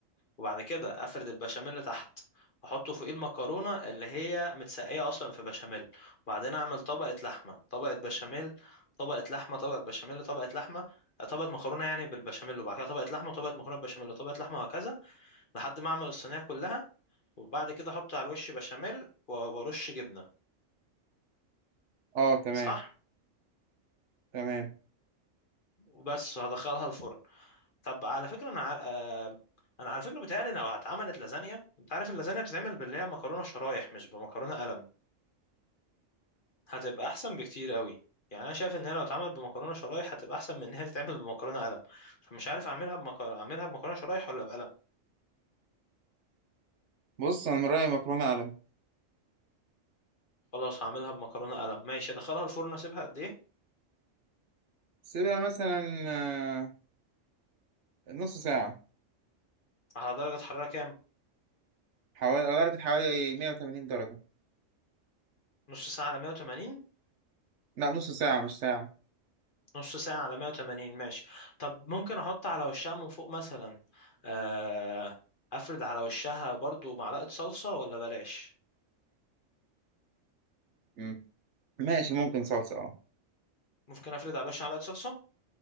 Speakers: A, on the left; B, on the right.
A: وبعد كده افرد البشاميل تحت واحطه فوق المكرونه اللي هي متسقيه اصلا في بشاميل وبعدين اعمل طبقه لحمه طبقه بشاميل طبقه لحمه طبقه بشاميل طبقه لحمه طبقه مكرونه يعني بالبشاميل وبعد كده طبقه لحمه طبقه مكرونه بشاميل طبقه لحمه وهكذا لحد ما اعمل الصينيه كلها وبعد كده احط على الوش بشاميل و- وارش جبنه
B: اه تمام
A: صح
B: تمام
A: وبس وهدخلها الفرن طب على فكرة انا ع- آه، انا على فكرة بتهيألي لو اتعملت لازانيا انت عارف اللازانيا بتتعمل باللي هي مكرونة شرايح مش بمكرونة قلم هتبقى احسن بكتير قوي يعني انا شايف ان هي لو اتعمل بمكرونة شرايح هتبقى احسن من ان هي تتعمل بمكرونة قلم فمش عارف اعملها بمك... اعملها بمكرونة شرايح ولا بقلم
B: بص انا من رايي مكرونه قلم
A: خلاص هعملها بمكرونة قلم ماشي ادخلها الفرن اسيبها قد ايه
B: سيبها مثلا آه، نص ساعه
A: على درجة حرارة كام
B: حوالي على درجه حوالي 180 درجه
A: نص ساعة على 180
B: لا نص ساعه مش ساعه
A: نص ساعة على 180 ماشي طب ممكن احط على وشها من فوق مثلا آه، افرد على وشها برضو معلقة صلصة ولا بلاش
B: مم. ماشي ممكن صلصه اه
A: ممكن افرد على وشها معلقة صلصة